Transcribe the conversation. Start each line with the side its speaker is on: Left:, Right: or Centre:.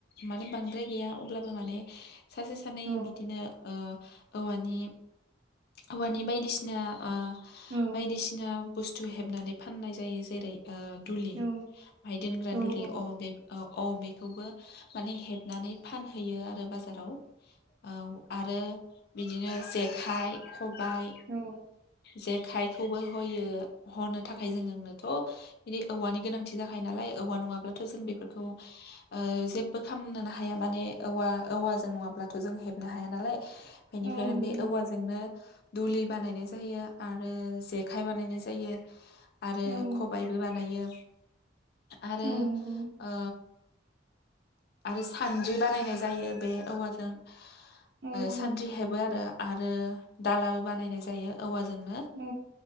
Left: माने बांद्राय गैया अब्लाबो माने सासे सानै
Right: औ
Left: बिदिनो ओ औवानि औवानि बायदिसिना ओ
Right: औ
Left: बायदिसिना बुस्थु हेबनानै फाननाय जायो जेरै ओ दुलि
Right: औ
Left: माय दोनग्रा
Right: औ
Left: दुलि
Right: औ
Left: अ बेगाव औ बेखौबो माने हेबनानै फानहैयो आरो बाजाराव औ आरो बिदिनो जेखाइ खबाय
Right: औ
Left: जेखाइखौबो होयो हनो थाखाय जोंनोथ' बिदि औवानि गोनांथि जाखायो नालाय औवा नङाब्लाथ' जों बेफोरखौ ओ जेबो खालामनोनो हाया माने औवा औवाजों नङाब्लाथ' जों हेबनो हाया नालाय बेनिफ्रायनो
Right: औ नंगौ
Left: बे औवाजोंनो दुलि बानायनाय जायो आरो जेखाय बानायनाय जायो आरो
Right: औ
Left: खबायबो बानायो आरो
Right: औ नंगौ
Left: ओ आरो सान्द्रि बानायनाय जायो बे औवाजों
Right: औ
Left: ओ
Right: औ
Left: सान्द्रि हेबो आरो आरो दालाबो बानायनाय जायो औवाजों। जोंनो
Right: औ